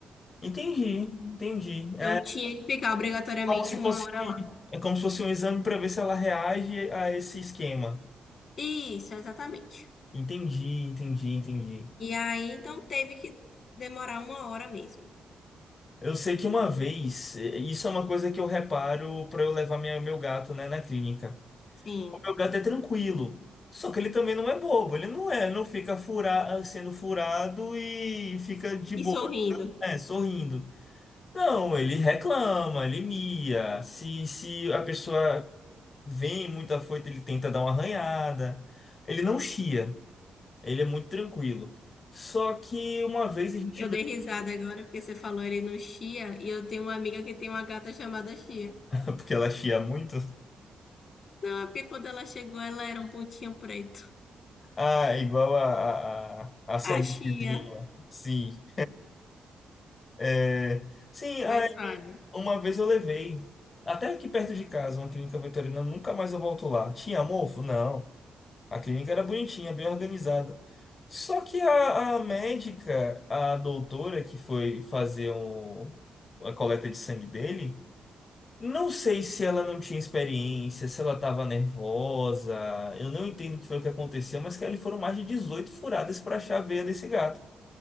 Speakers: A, on the left; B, on the left.
A: Entendi, entendi.
B: Então
A: É
B: tinha que ficar obrigatoriamente
A: como se fosse,
B: uma hora lá.
A: é como se fosse um exame para ver se ela reage a esse esquema.
B: Isso, exatamente.
A: Entendi, entendi, entendi.
B: E aí, então, teve que demorar uma hora mesmo.
A: Eu sei que uma vez, eh, isso é uma coisa que eu reparo para eu levar minha, meu gato, né, na clínica.
B: Sim.
A: O meu gato é tranquilo, só que ele também não é bobo, ele não é, não fica fura, sendo furado e fica de
B: E
A: boa,
B: sorrindo.
A: né, sorrindo. Não, ele reclama, ele mia. Se, se a pessoa vem muito afoito, ele tenta dar uma arranhada. Ele não chia, ele é muito tranquilo. Só que uma vez a gente.
B: Eu dei risada agora porque você falou ele no Chia e eu tenho uma amiga que tem uma gata chamada Chia.
A: <laughs> Porque ela chia muito.
B: Não, é porque quando ela chegou, ela era um pontinho preto.
A: Ah, igual a, a, a, a sementezinha.
B: A Chia.
A: ó. Sim. É, sim,
B: Mas
A: aí
B: fala.
A: uma vez eu levei. Até aqui perto de casa, uma clínica veterinária, nunca mais eu volto lá. Tinha mofo? Não. A clínica era bonitinha, bem organizada. Só que a, a médica, a doutora que foi fazer um, a coleta de sangue dele, não sei se ela não tinha experiência, se ela estava nervosa, eu não entendo o que foi o que aconteceu, mas que ali foram mais de 18 furadas para achar a veia desse gato.